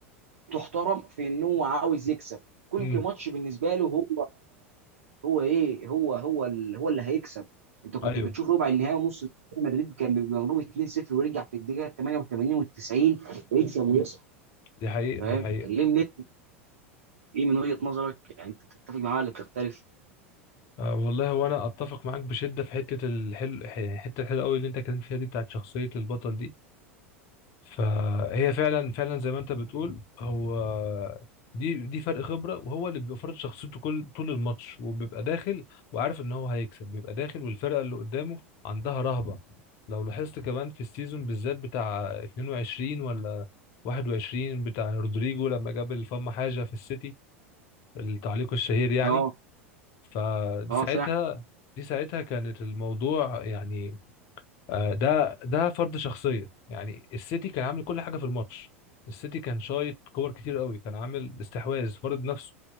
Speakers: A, on the right (about 70°); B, on the left (about 50°).
A: تحترم في ان هو عاوز يكسب كل
B: امم
A: ماتش بالنسبه له هو هو ايه هو هو ال- هو اللي هيكسب انت كنت
B: ايوه
A: بتشوف ربع النهائي ونص النهائي مدريد كان بيبقى مغلوب 2-0 ويرجع في الدقيقه 88 و90 يكسب ويصعد
B: دي حقيقة
A: فاهم
B: دي حقيقة
A: كلمني ايه من وجهه نظرك يعني انت بتتفق معايا ولا بتختلف
B: آه والله وانا اتفق معاك بشدة في حتة الحلو ح- الحتة الحلوة قوي اللي انت اتكلمت فيها دي بتاعت شخصية البطل دي فهي فعلا فعلا زي ما انت بتقول هو دي دي فرق خبره وهو اللي بيبقى فرض شخصيته كل طول الماتش وبيبقى داخل وعارف ان هو هيكسب بيبقى داخل والفرقه اللي قدامه عندها رهبه لو لاحظت كمان في السيزون بالذات بتاع 22 ولا 21 بتاع رودريجو لما جاب الفم حاجه في السيتي التعليق الشهير يعني
A: اه
B: فدي
A: اه
B: ساعتها دي ساعتها كانت الموضوع يعني آه، ده ده فرض شخصيه يعني السيتي كان عامل كل حاجه في الماتش السيتي كان شايط كور كتير قوي كان عامل استحواذ فرض نفسه